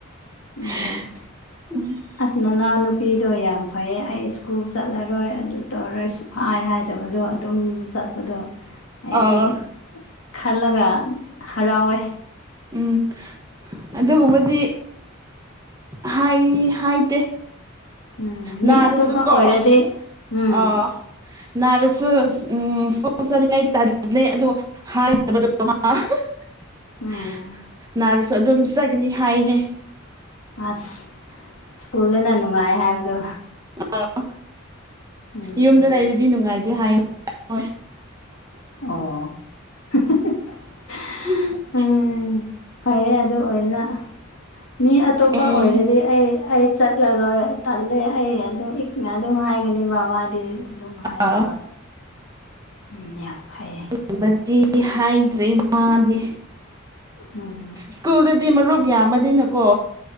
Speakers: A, on the right (about 15°); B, on the left (about 80°).
A: <unintelligible>
B: ꯎꯝ ꯑꯁ ꯅꯅꯥꯎꯅꯨꯄꯤꯗꯣ ꯌꯥꯝ ꯐꯩꯌꯦ ꯑꯩ ꯁ꯭ꯀꯨꯜ ꯆꯠꯂꯔꯣꯏ ꯑꯗꯨ ꯇꯧꯔꯣꯏ ꯁꯨꯞ ꯍꯥꯏ ꯍꯥꯏꯗꯕꯗꯣ ꯑꯗꯨꯝ ꯆꯠꯄꯗꯣ ꯑꯩꯗꯤ
A: ꯑꯥ
B: ꯈꯜꯂꯒ ꯍꯔꯥꯎꯋꯦ
A: ꯎꯝ ꯑꯗꯨꯒꯨꯝꯕꯗꯤ ꯍꯥꯏ ꯍꯥꯏꯗꯦ
B: ꯎꯝ ꯃꯤ
A: ꯅꯥꯔꯁꯨ
B: ꯑꯇꯣꯞꯄ ꯑꯣꯏꯔꯗꯤ
A: ꯀꯣ
B: ꯎꯝ
A: ꯑ ꯅꯥꯔꯁꯨ ꯎꯝ ꯁ꯭ꯀꯨꯜ ꯆꯅꯤꯡꯉꯥꯏ ꯇꯜꯂꯦ ꯑꯗꯣ ꯍꯥꯏꯗꯕꯗꯣ <unintelligible>
B: ꯎꯝ
A: ꯅꯥꯔꯁꯨ ꯑꯗꯨꯝ ꯆꯠꯆꯒꯅꯤ ꯍꯥꯏꯅꯦ
B: ꯑꯁ ꯁ꯭ꯀꯨꯜꯗꯅ ꯅꯨꯡꯉꯥꯏ ꯍꯥꯏꯕꯗꯣ
A: ꯑꯥ
B: ꯎꯝ
A: ꯌꯨꯝꯗ ꯂꯩꯔꯗꯤ ꯅꯨꯡꯉꯥꯏꯇꯦ ꯍꯥꯏꯌꯦ ꯍꯣꯏ
B: ꯑꯣ <unintelligible>
A: <unintelligible>
B: ꯎꯝ ꯐꯔꯦ ꯑꯗꯨ ꯑꯣꯏꯅ ꯃꯤ ꯑꯇꯣꯞꯄ
A: ꯎꯝ
B: ꯑꯣꯏꯔꯗꯤ ꯑꯩ ꯑꯩ ꯆꯠꯂꯔꯣꯏ ꯇꯜꯂꯦ ꯑꯩ ꯑꯗꯨꯝ ꯏꯛꯅ ꯑꯗꯨꯝ ꯍꯥꯏꯒꯅꯤꯕ ꯃꯥꯗꯤ ꯑꯗꯨꯝ ꯍꯥꯏꯗꯦꯕ
A: ꯑꯥ
B: <unintelligible> ꯕꯥꯝ ꯐꯩꯌꯦ
A: <unintelligible> ꯕꯗꯤ ꯍꯥꯏꯗ꯭ꯔꯦ ꯃꯥꯗꯤ
B: ꯎꯝ
A: ꯁ꯭ꯀꯨꯜꯗꯗꯤ ꯃꯔꯨꯞ ꯌꯥꯝꯕꯅꯤꯅꯀꯣ